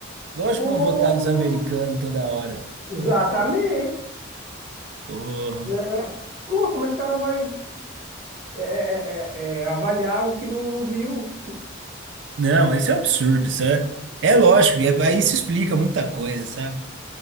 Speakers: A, on the right; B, on the right.
A: Lógico
B: Pô,
A: que vão votar nos americanos toda hora.
B: exatamente.
A: Porra.
B: Né? Pô, como é que o cara vai é, é, é, é, avaliar algo que não, não viu?
A: Não, isso é um absurdo, isso é. É lógico, e é- aí isso explica muita coisa, sabe?